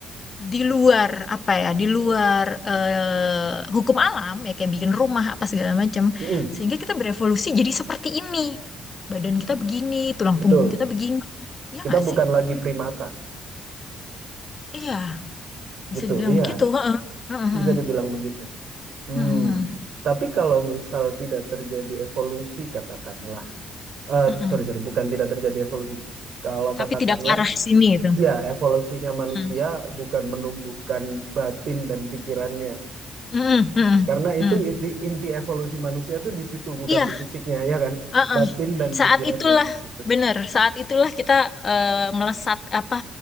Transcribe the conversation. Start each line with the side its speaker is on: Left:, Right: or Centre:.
Left: di luar apa ya di luar eh, hukum alam ya kayak bikin rumah apa segala macam
Right: mm,
Left: sehingga kita berevolusi jadi seperti ini badan kita begini tulang
Right: betul.
Left: punggung kita begini ya
Right: Kita
Left: nggak
Right: bukan
Left: sih
Right: lagi primata,
Left: iya bisa
Right: gitu.
Left: dibilang
Right: Iya,
Left: begitu heeh. Heeh, heeh.
Right: bisa dibilang begitu. Hmm.
Left: Heeh, heeh.
Right: Tapi kalau misal tidak terjadi evolusi, katakanlah eh
Left: Heeh.
Right: sorry sorry bukan tidak terjadi evolusi kalau
Left: tapi
Right: katakanlah
Left: tidak ke arah sini gitu
Right: ya evolusinya manusia
Left: Heeh.
Right: bukan menumbuhkan batin dan pikirannya
Left: Heeh, heeh,
Right: karena
Left: heeh.
Right: itu inti inti evolusi manusia tuh di situ bukan
Left: iya
Right: di fisiknya ya kan
Left: heeh.
Right: batin dan
Left: saat
Right: pikirannya
Left: itulah
Right: begitu
Left: benar saat itulah kita eh, melesat apa